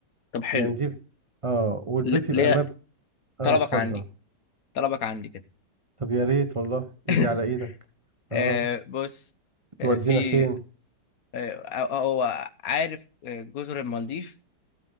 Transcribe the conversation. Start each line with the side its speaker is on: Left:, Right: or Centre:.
Left: طب حلو
Right: يعني دي اه والبيت
Left: ل-
Right: يبقى
Left: ليه
Right: مب اه
Left: طلبك
Right: اتفضل
Left: عندي طلبك عندي كده
Right: طب يا ريت والله
Left: <laughs>
Right: ايدي على ايدك اه
Left: آه بص
Right: تودينا
Left: آه في
Right: فين
Left: آه، هو عارف آه، جزر المالديف